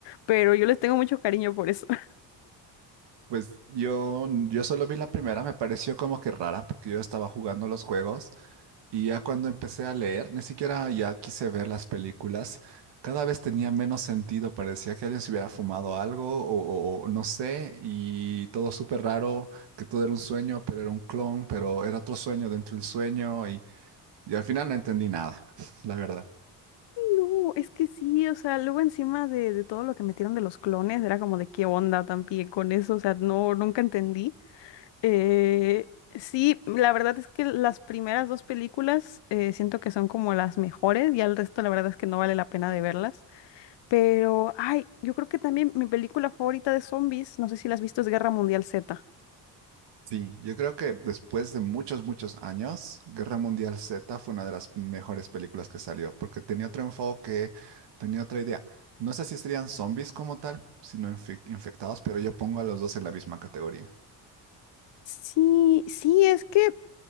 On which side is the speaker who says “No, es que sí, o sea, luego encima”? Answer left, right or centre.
Left